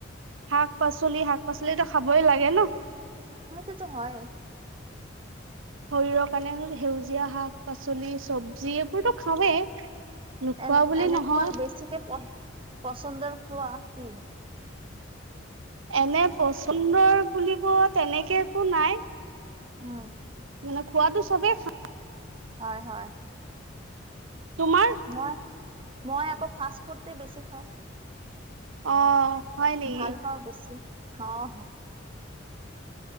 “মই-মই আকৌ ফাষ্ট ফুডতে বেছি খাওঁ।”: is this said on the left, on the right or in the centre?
Right